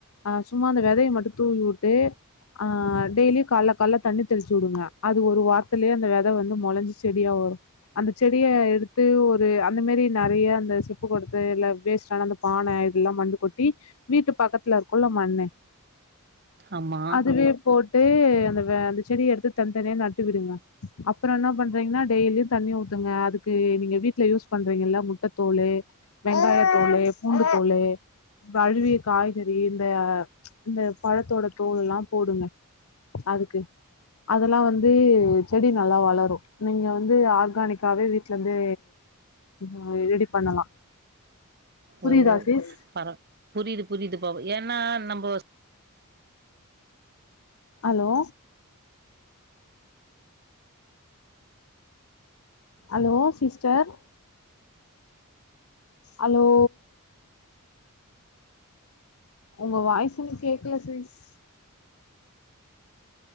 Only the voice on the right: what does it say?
ஆமா.
ஓ
பர புரிது புரிது ப ஏன்னா நம் போஸ்